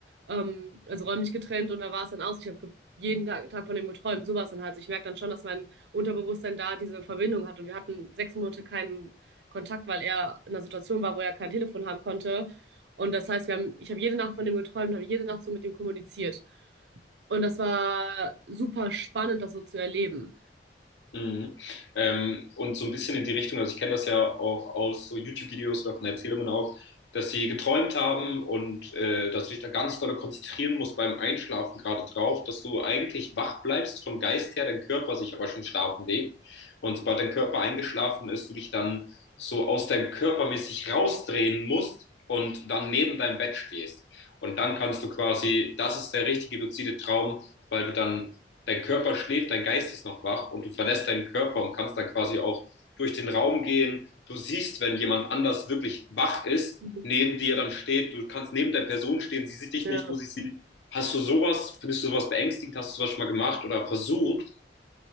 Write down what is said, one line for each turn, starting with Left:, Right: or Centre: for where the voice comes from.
Right: ähm, also räumlich getrennt und da war es dann aus. Ich habe jeden Tag, Tag von dem geträumt, sowas dann halt. Also ich merke dann schon, dass mein Unterbewusstsein da diese Verbindung hat und wir hatten sechs Monate keinen Kontakt, weil er in einer Situation war, wo er kein Telefon haben konnte. Und das heißt, wir haben, ich habe jede Nacht von dem geträumt, habe jede Nacht so mit ihm kommuniziert. Und das war super spannend, das so zu erleben.
Left: Mhm. Ähm, und so ein bisschen in die Richtung, also ich kenne das ja auch aus so YouTube-Videos oder von Erzählungen auch, dass sie geträumt haben und äh, dass du dich da ganz doll konzentrieren musst beim Einschlafen gerade drauf, dass du eigentlich wach bleibst vom Geist her, dein Körper sich aber schon schlafen legt. Und sobald dein Körper eingeschlafen ist, du dich dann so aus deinem Körper mäßig rausdrehen musst und dann neben deinem Bett stehst. Und dann kannst du quasi, das ist der richtige luzide Traum, weil du dann dein Körper schläft, dein Geist ist noch wach und du verlässt deinen Körper und kannst dann quasi auch durch den Raum gehen. Du siehst, wenn jemand anders wirklich wach ist,
Right: Mhm.
Left: neben dir dann steht, du kannst neben der Person stehen, sie sieht dich
Right: Ja.
Left: nicht, du siehst sie. Hast du sowas, findest du sowas beängstigend, hast du sowas schon mal gemacht oder versucht?